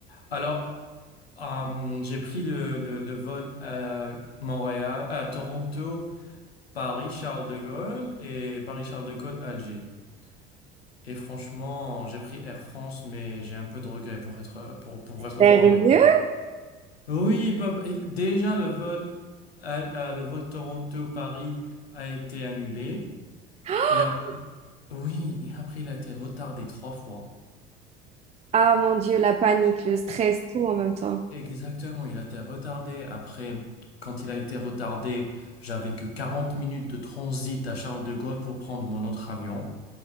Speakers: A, on the left; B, on the right.
A: alors, euh, j'ai pris le, le- le vol à Montréal, à Toronto, Paris, Charles de Gaulle et Paris, Charles de Gaulle, Alger. Et franchement, j'ai pris Air France, mais j'ai un peu de regret pour être, pour, pour être
B: Sérieux?
A: franc avec. Oui, bah, et déjà le vol, à- à- le vol Toronto-Paris a été annulé.
B: <gasps>
A: Et après- oui, et après il a été retardé trois fois.
B: Ah mon Dieu, la panique, le stress, tout en même temps.
A: Exactement, il a été retardé. Après, quand il a été retardé, j'avais que 40 minutes de transit à Charles de Gaulle pour prendre mon autre avion.